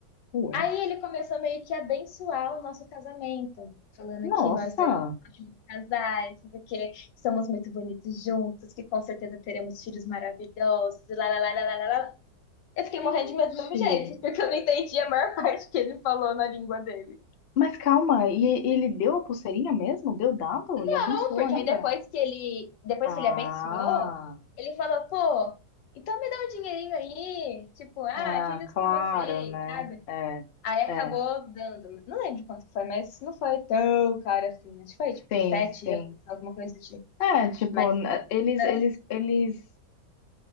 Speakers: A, on the left; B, on the left.
A: Ué,
B: Aí ele começou meio que a abençoar o nosso casamento, falando
A: nossa.
B: que nós dois somos ótimos casais, porque somos muito bonitos juntos, que com certeza teremos filhos maravilhosos, e lá, lá, lá, lá, lá, lá, lá. Eu fiquei
A: Gente.
B: morrendo de medo do mesmo jeito, porque eu não entendi a maior <laughs> parte que ele falou na língua dele.
A: Mas calma, e e- ele deu a pulseirinha mesmo? Deu dado?
B: Não,
A: E abençoou
B: porque
A: ainda?
B: aí depois que ele, depois
A: Ah,
B: que ele abençoou, ele falou, pô, então me dá um dinheirinho aí, tipo, ah,
A: ah,
B: fiz isso
A: claro,
B: pra vocês,
A: né?
B: sabe?
A: É,
B: Aí acabou
A: é.
B: dando, não lembro quanto que foi, mas não foi tão caro assim, acho que foi tipo
A: Sim,
B: 7
A: sim.
B: euros, alguma coisa do tipo.
A: É, tipo,
B: Mas,
A: n- eles,
B: né?
A: eles, eles